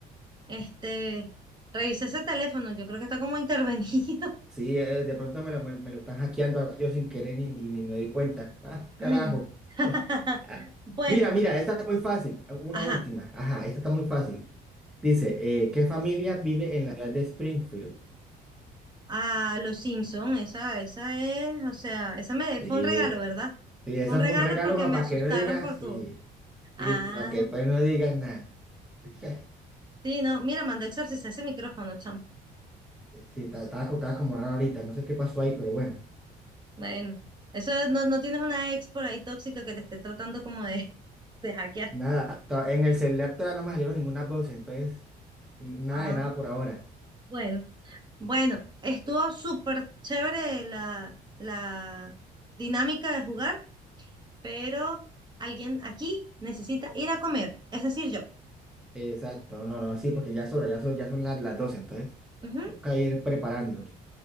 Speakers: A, on the right (about 25°); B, in the centre.
A: este, revisé ese teléfono, yo creo que está como <laughs> intervenido.
B: Sí, eh, de pronto me lo, me, me lo están hackeando aquí yo sin querer y, y ni me doy cuenta. Ah, carajo.
A: Mm. <laughs>
B: <laughs> Ah,
A: Bueno,
B: Mira, mira, esta es muy fácil. Una
A: ajá,
B: última. Ajá, esta está muy fácil. Dice, eh, ¿qué familia vive en la ciudad de Springfield?
A: a Los Simpson, esa, esa es, o sea, esa me
B: Sí,
A: fue un regalo, ¿verdad?
B: sí, eso
A: Fue un regalo
B: fue un regalo
A: porque me
B: para
A: asustaron
B: que no digas,
A: por tu.
B: sí,
A: Ah,
B: sí, para que pues no digas nada. <laughs>
A: sí, no, mira, manda a exorcizar ese micrófono, chamo.
B: Sí, estaba, estaba co- estaba como raro ahorita, no sé qué pasó ahí, pero bueno,
A: Bueno, eso es- no, no tienes una ex por ahí tóxica que te esté tratando como de, <laughs> de hackear.
B: nada, to- en el celular todavía no me salieron ninguna voz, entonces, nada
A: Ah,
B: de nada por ahora.
A: bueno, bueno, estuvo súper chévere la, la dinámica de jugar, pero alguien aquí necesita ir a comer, es decir, yo.
B: Exacto, no, no, sí, porque ya son hora, ya son, ya son las, las 12, entonces,
A: Ujú.
B: toca ir preparándonos.